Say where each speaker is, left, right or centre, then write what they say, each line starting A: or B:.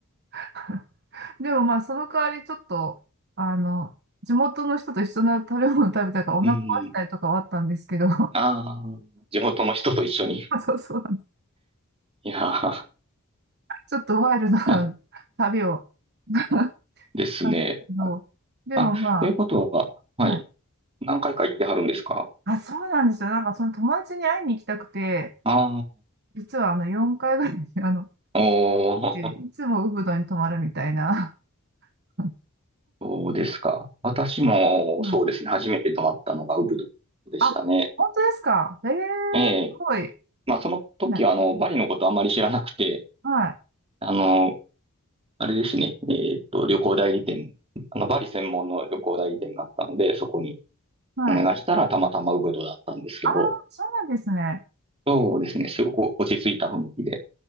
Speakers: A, on the right; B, on the right.
A: <laughs> でもまあ、その代わりちょっと、あの、地元の人と一緒の食べ物食べたからお腹壊したりとかはあったんですけど、
B: うん。ああ、地元の人と一緒に。<laughs>
A: <laughs> そうそう、
B: いやー、
A: ちょっとワイルドな旅を
B: まあ、
A: <laughs>
B: ですね。
A: したんですけど、でもまあ、
B: あ、ということは、はい。
A: まあ、
B: 何回か行ってはるんですか
A: あ、そうなんですよ。なんかその友達に会いに行きたくて、
B: あ
A: 実はあの4回ぐらい、あの、
B: あー、おー、
A: でいつもウブドに泊まるみたいな。<laughs>
B: <laughs> そうですか。私も、
A: うん。
B: そうですね。初めて泊まったのがウブドでしたね。
A: あ、本当ですかええ
B: ええ。
A: すごい。
B: まあ、その時は、
A: ね、
B: あの、バリのことあまり知らなくて、
A: はい、
B: あの、あれですね。えーっと、旅行代理店、あの、バリ専門の旅行代理店があったので、そこに
A: はい。
B: お願いしたら、たまたまウブドだったんですけど、
A: ああ、そうなんですね。
B: そうですね。すごく落ち着いた雰囲気で。